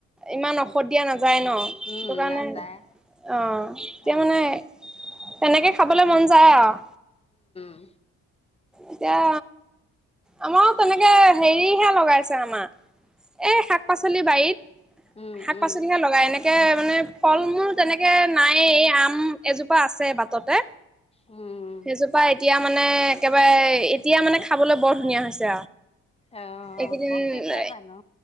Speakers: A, in the centre; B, on the left.
A: ইমান ঔষধ দিয়া নাযায় ন সেইটো
B: উম
A: কাৰণে
B: নাযায়
A: অ এতিয়া
B: অ
A: মানে তেনেকে খাবলৈ মন যায় আৰু
B: উ
A: এতিয়া আমাৰো তেনেকে হেৰিহে লগাইছে আমাৰ এই শাক পাচলি বাৰীত
B: উম
A: শাক
B: উম
A: পাচলিহে লগাই এনেকে মানে ফল মূল তেনেকে নাইয়ে এই আম এজোপা আছে বাটতে
B: উম
A: সেইজোপা এতিয়া মানে একেবাৰে এতিয়া মানে খাবলৈ বৰ ধুনীয়া হৈছে
B: অ
A: এইকেইদিন
B: পকিছে জানো